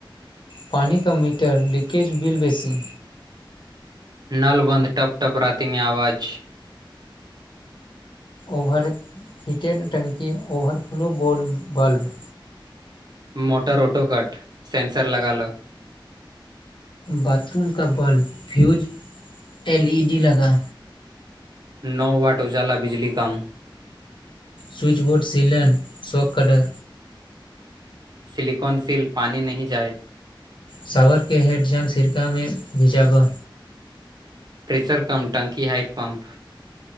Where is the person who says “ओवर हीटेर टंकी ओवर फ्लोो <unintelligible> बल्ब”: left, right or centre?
Left